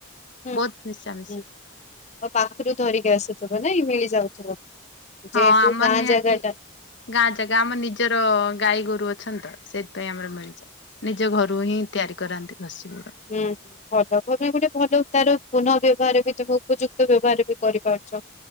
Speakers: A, on the left; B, on the left.
A: ହୁଁ
B: ବହୁତ ମିଶାମିଶି।
A: ହଁ ଆଉ ପାଖରୁ ଧରିକି ଆସୁଛି। ଥ ବନାଇ ମିଳିଯାଉଥିବ ଯେହେତୁ
B: ହଁ ଆମର
A: ଗାଁ
B: ନିହାତି
A: ଜାଗା ଟା
B: ଗାଁ ଜାଗା ଆମ ନିଜର ଗାଈ ଗୋରୁ ଅଛି। ଅଛନ୍ ତ ସେଥିପାଇଁ ଆମର ମିଳିଯାଏ। ନିଜ ଘରୁ ହିଁ ତିଆରି କରନ୍ତି ନାସିଁବ
A: ହୁଁ ହୁଁ ଭଲ ତମ ଗୋଟେ ଭଲ ତାର ଗୁପୁନଃ ବ୍ୟବହାର ବି ତମ ଉପଯୁକ୍ତ ବ୍ୟବହାର ବି କରିପାରୁଛ